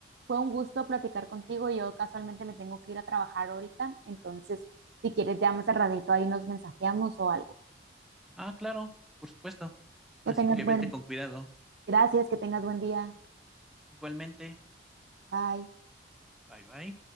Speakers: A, on the right; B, in the centre.
A: fue un gusto platicar contigo. Yo casualmente me tengo que ir a trabajar ahorita, entonces, si quieres, ya más al ratito ahí nos mensajeamos o algo.
B: Ah, claro, por supuesto. Así
A: Que tengas
B: que
A: buen,
B: vete con cuidado.
A: gracias, que tengas buen día.
B: Igualmente,
A: Bye.
B: bye bye.